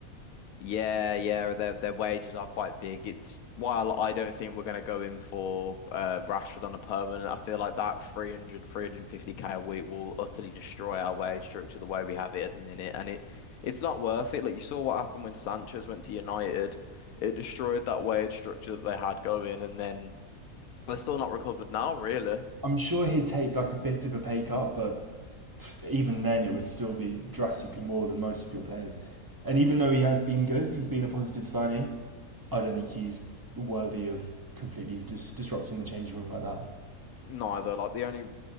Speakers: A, on the left; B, on the right.
A: Yeah, yeah, their their wages are quite big. It's while I don't think we're going to go in for uh, Rashford on a permanent. I feel like that three hundred, three hundred fifty k a week will utterly destroy our wage structure the way we have it at the minute, and it it's not worth it. Like you saw what happened when Sanchez went to United, it destroyed that wage structure that they had going, and then they're still not recovered now, really.
B: I'm sure he'd take like a bit of a pay cut, but even then, it would still be drastically more than most of your players. And even though he has been good, he's been a positive signing. I don't think he's worthy of completely just dis- disrupting the changing room like that.
A: neither. Like the only